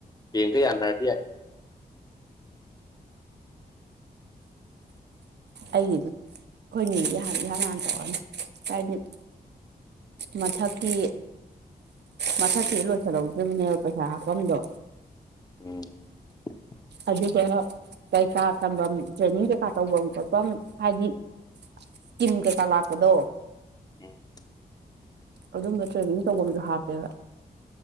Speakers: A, on the left; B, on the right.
A: ꯦꯡꯀꯩ ꯑꯅꯔꯗꯤ ꯌꯥ
B: ꯑꯩꯒꯤ ꯈꯣꯏꯅꯤꯗꯤꯥꯟ ꯏꯍꯥꯟ ꯍꯥꯟ ꯇꯧꯔꯅꯤ ꯍꯥꯏꯗꯤ ꯃꯊꯀꯤ ꯃꯊꯛꯁꯤꯗ ꯂꯣꯏꯁꯜꯍꯧꯗ꯭ꯔꯤꯕꯅꯦꯕ ꯄꯩꯁꯥ ꯍꯥꯞꯐꯝꯗꯣ
A: ꯎꯝ <unintelligible> <inaudible>
B: ꯑꯗꯨꯗꯨꯅ ꯀꯩꯀꯥ ꯇꯝꯐꯝ ꯇ꯭ꯔꯦꯅꯤꯡ ꯀꯩꯀꯥ ꯇꯧꯐꯝ ꯈꯣꯠꯐꯝ ꯍꯥꯏꯗꯤ ꯀꯃ ꯀꯦ ꯀꯂ ꯍꯥꯥꯛꯀꯗꯣ
A: ꯎꯝ <unintelligible> <inaudible>
B: ꯑꯗꯨꯝꯕ ꯇ꯭ꯔꯦꯅꯤꯡ ꯇꯐꯝꯁꯨ ꯍꯥꯞꯄꯦꯕ